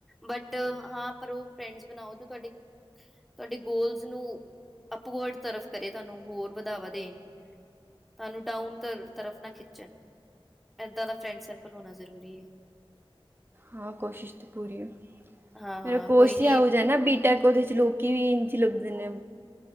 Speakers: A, in the centre; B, on the right.
A: ਬੱਟ ਹਾਂ ਪਰ ਉਹ ਫਰੈਂਡਜ ਬਣਾਓ ਤੇ ਤੁਹਾਡੇ ਤੁਹਾਡੇ ਗੋਲਜ਼ ਨੂੰ ਅਪਵਰਡ ਤਰਫ ਕਰੇ ਤੁਹਾਨੂੰ ਹੋਰ ਵਧਾਵਾ ਦੇਣ। ਤੁਹਾਨੂੰ ਡਾਊਨ ਤਰਫ ਨਾ ਖਿੱਚਣ ਏਦਾ ਦਾ ਫਰੈਂਡ ਸਰਕਲ ਹੋਣਾ ਜ਼ਰੂਰੀ ਹੈ।
B: ਹਾਂ ਕੋਸ਼ਿਸ਼ ਤੇ ਪੂਰੀ ਹੈ
A: ਹਾਂ-ਹਾਂ
B: ਮੇਰਾ ਕੋਰਸ
A: ਕੋਈ ਨੀ
B: ਹੀ ਆ ਹੋ ਜਾ ਨਾ <inaudible> <inaudible> ਉਹਦੇ ਚ ਲੋਕੀ ਵੀ ਇੰਝ ਲੱਭਦੇ ਨੇ।